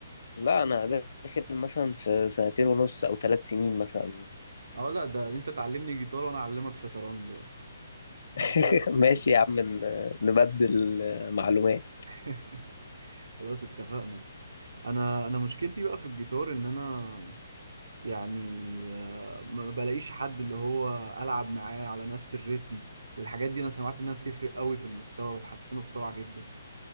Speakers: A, on the left (about 70°); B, on the right (about 80°).
A: لا انا داخل مثلا في سنتين ونص او ثلاث سنين مثلا
B: اه لا ده انت تعلمني جيتار وانا اعلمك شطرنج
A: <laughs>
B: يبقى كده 50
A: ماشي يا عم ن- نبدل آه، معلومات
B: <laughs> خلاص اتفقنا انا انا مشكلتي بقى في الجيتار ان انا يعني آه، ما بلاقيش حد اللي هو العب معاه على نفس الريتم والحاجات دي انا سمعت انها بتفرق قوي في المستوى بتحسنه بسرعة جدا